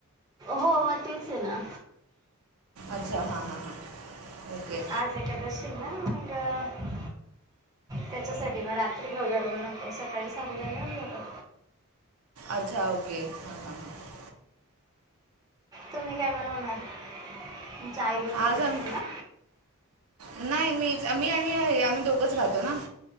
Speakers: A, on the right; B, on the right.
A: हो मग तेच आहे ना.
B: अच्छा, हां हां हां, ओके.
A: आज एकादशी ना, व्हंय गं? त्याच्यासाठी मग रात्री <unintelligible> नव्हतो, सकाळी साबुदान घेऊन जातात.
B: अच्छा, ओके. हां हां हां
A: तुम्ही काय बनवणार, तुमच्या आई बनवत
B: आज
A: असतील
B: आम
A: ना?
B: नाही मीचं, मी आणि आम्ही दोघंच राहतो ना,